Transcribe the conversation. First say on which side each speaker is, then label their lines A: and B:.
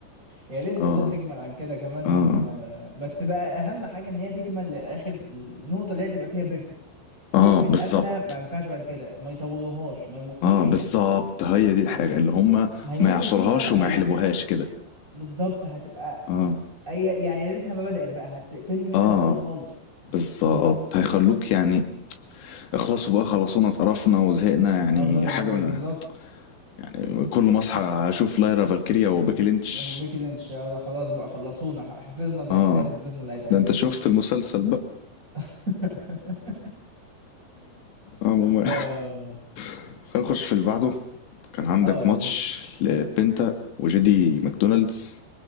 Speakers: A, on the right; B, on the left.
A: يا ريت
B: اه
A: والله تكمل عن كده كمان
B: اه
A: آه، بس بقى اهم حاجة ان هي تكمل للاخر النقطة اللي هي تبقى فيها بيرفكت
B: اه
A: تقفل
B: بالظبط
A: قفلة ما ينفعش بعد كده ما يطولوهاش ما يمطوش
B: اه
A: فيها
B: بالظبط هي دي الحاجة اللي هما
A: هيمطوا
B: ما يعصرهاش
A: فيها
B: وما
A: هي
B: يحلبوهاش كده
A: بالظبط هتبقى
B: اه
A: أي- يعني يا ريتها ما بدأت بقى هتقفلني منها
B: اه
A: من الاول خالص
B: بالظبط هيخلوك يعني اخلصوا بقى خلصونا اتقرفنا وزهقنا يعني
A: أب... ب... ب-
B: حاجة من
A: بالظبط
B: يعني كل ما اصحى اشوف لايرا فالكيريا وبيكي لينش
A: وبيكي لينش يلا خلاص بقى خلصونا ح- حفظنا اللي
B: اه
A: هيتقال حفظنا اللي هيتعمل
B: ده انت شفت المسلسل بقى
A: <laughs>
B: عموما
A: اه
B: <laughs> هنخش في اللي بعده كان عندك
A: اه بالظبط
B: ماتش لبنتا وجيدي ماكدونالدز